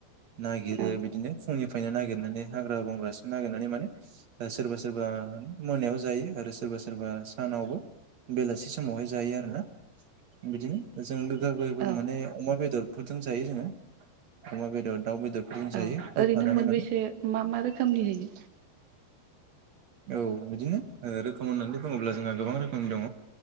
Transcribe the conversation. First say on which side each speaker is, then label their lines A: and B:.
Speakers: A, on the right; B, on the right.
A: नागिरो
B: औ
A: बिदिनो फुंनिफ्रायनो नागिरनानै हाग्रा बंग्रासो नागिरनानै माने सोरबा सोरबा मोनायाव जायो आरो सोरबा सोरबा सानावबो बेलासि समावहाय जायो आरोना। बिदिनो जों गोगा गै फोरखौ
B: औ
A: माने अमा बेदर फुथुम जायो जोङो अमा बेदर दाउ बेदर जायो
B: औ
A: होफानानै
B: ओरैनो मोनबेसे
A: माने।
B: मा मा रोखोमनि होयो?
A: औ बिदिनो रोखोम होननानै बुङोब्ला जोंहा गोबां रोखोमनि दङ